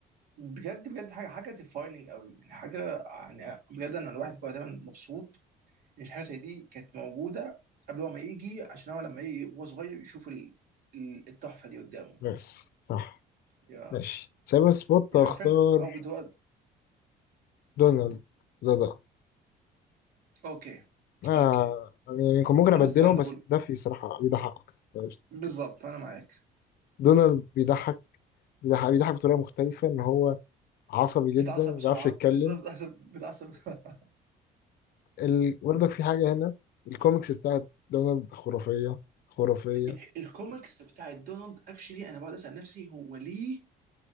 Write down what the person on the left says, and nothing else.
بس صح
ماشي سايبر سبوت
أختار
دونالد ده ده
آه
يعني يعني كان ممكن أبدلهم
بس ده في صراحة بيضحك أكتر فقشطة.
دونالد بيضحك بيضحك بيضحك بطريقة مختلفة إن هو عصبي جدا
وما
بيعرفش يتكلم
ال... برضك في حاجة هنا الكوميكس بتاعت دونالد خرافية خرافية